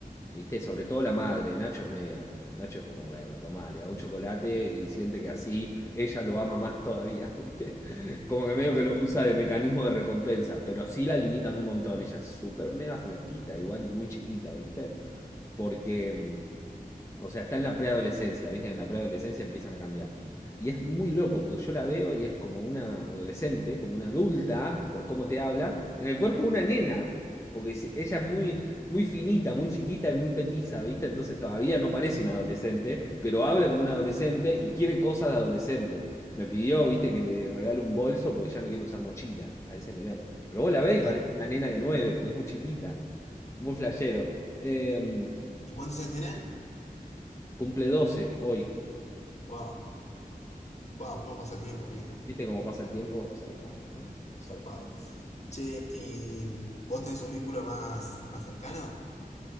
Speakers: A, on the left; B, on the left.
A: ¿Viste? Sobre todo la madre, Nacho es medio. Nacho es como, bueno, tomá, le da un chocolate y siente que así ella lo ama más todavía, <laughs> ¿viste? Como que medio
B: Claro,
A: que lo usa de mecanismo de recompensa, pero sí la limitan un montón. Ella es súper mega flaquita, igual y muy chiquita, ¿viste? Porque mm, o sea, está en la preadolescencia, ¿viste? En la preadolescencia empiezan a cambiar. Y es muy loco, porque yo la veo y es como una adolescente, como una adulta, por cómo te habla, en el cuerpo de una nena, porque si- ella es muy, muy finita, muy chiquita y muy petiza, ¿viste? Entonces todavía no parece una adolescente, pero habla como una adolescente y quiere cosas de adolescente. Me pidió, ¿viste? Que le regale un bolso porque ya no quiere usar mochila a ese nivel. Pero vos la ves y
B: claro.
A: parece una nena de nueve, porque es muy chiquita, muy flashero. Em,
B: ¿Y cuántos años tenés?
A: cumple 12 hoy.
B: Wow, wow, ¿cómo pasa el tiempo, amigo?
A: Viste cómo pasa el tiempo, zarpado, ¿no?
B: Zarpado.
A: Zarpado.
B: Che, ¿y vos tenés un vínculo más, más cercano?